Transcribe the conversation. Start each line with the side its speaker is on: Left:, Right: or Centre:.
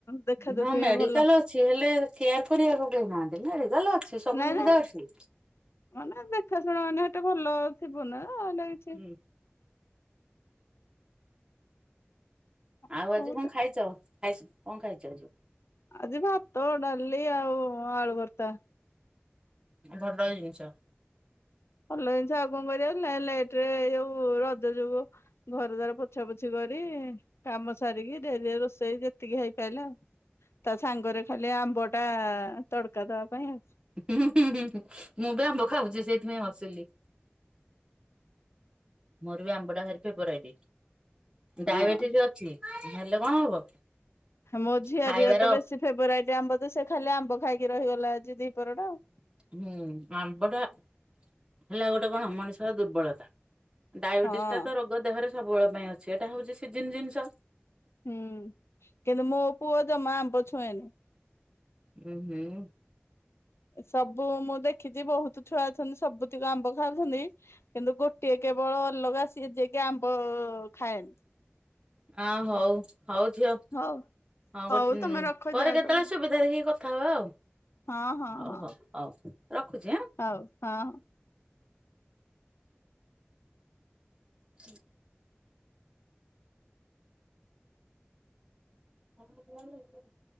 Left: ଦେଖା ଦେଖି
Right: ହଁ ମେଡିକାଲ
Left: ଭଲ।
Right: ଅଛି ହେଲେ କେୟାର କରିବାକୁ କେହି ନାହାଁନ୍ତି ନା, ରେଗାଲ ଅଛି, ସବୁ
Left: ନାଇଁ
Right: ସୁବିଧା
Left: ନାଇଁ
Right: ଅଛି।
Left: ମାନେ, ଦେଖା ଶୁଣା ନିହାତି ଭଲ ଥିବ ନା ଲାଗିଛି।
Right: ହୁଁ ଆଉ,
Left: ହଉ
Right: ଆଜି କଣ ଖାଇଛ? ଖାଇ-କଣ ଖାଇଛ ଆଜି?
Left: ଆଜି ଭାତ, ଡ଼ାଲି ଆଉ ଆଳୁ ଭର୍ତ୍ତା।
Right: ଭଲ ଜିନିଷ।
Left: ଭଲ ଜିନିଷ। ଆଉ କଣ କରିବା ଲେଟ୍ ରେ, ଯୋଉ ରଜ ଯୋଗୁ ଘର ଦ୍ବାର ପୋଛା ପୋଛି କରି, କାମ ସାରିକି ଡେରି ରୋଷେଇ ଯେତିକି ହେଇପାଇଲା। ତା ସାଙ୍ଗରେ ଖାଲି ଆମ୍ବଟା ତଡକା ଦବାପାଇଁ ଆଉ।
Right: ହୁଁ, ହୁଁ, ହୁଁ। ମୁଁ ବି ଆମ୍ବ ଖାଉଛି ସେଇଥିପାଇଁ ହସିଲି। ମୋର ବି ଆମ୍ବଟା ଭାରି ଫେବରାଇଟି। ଡାଇବେଟିସ
Left: ଆଉ
Right: ଅଛି ହେଲେ କଣ ହବ।
Left: ମୋ ଝିଆରିରତ
Right: ଖାଇବାର
Left: ବେଶୀ ଫେବରାଇଟ ଆମ୍ବ ଯେ ସେ ଖାଲି ଆମ୍ବ ଖାଇକି ରହିଗଲା ଆଜି ଦିପହରଟା ଆଉ।
Right: ହୁଁ ଆମ୍ବଟା ହେଲା ଗୋଟେ କଣ ମଣିଷର ଦୁର୍ବଳତା। ଡାଇବେଟିସଟାତ
Left: ହଁ
Right: ରୋଗ ଦେହରେ ସବୁବେଳେ ପାଇଁ ଅଛି ଏଟା ହଉଚି ସିଜିିନ ଜିନିଷ।
Left: ହୁଁ କିନ୍ତୁ ମୋପୁଅ ଜମା ଆମ୍ବ ଛୁଏଁନି।
Right: ଉୁଁ ହୁଁ।
Left: ସବୁ ମୁଁ ଦେଖିଚି ବହୁତ୍ ଛୁଆ ଅଛନ୍ତି ସବୁତିକ ଆମ୍ବ ଖାଉଚନ୍ତି। କିନ୍ତୁ ଗୋଟିଏ କେବଳ ଅଲଗା ସିଏ ଯିଏକି ଆମ୍ବ ଖାଏନି।
Right: ଆଁ ହଉ, ହଉ ଝିଅ
Left: ହଉ
Right: ହଁ
Left: ହଉ
Right: ଗୋଟେ
Left: ତମେ ରଖ
Right: ପରେ
Left: ଯାଅ
Right: କେତେବେଳେ
Left: ତମ
Right: ସୁବିଧାଦେଖି କ କଥା ହବା ଆଉ
Left: ହଁ ହଁ ହଁ
Right: ହଉ ହଉ ହଉ ରଖୁଚି ଆଁ।
Left: ହଉ ହଁ।
Right: <inaudible> <unintelligible>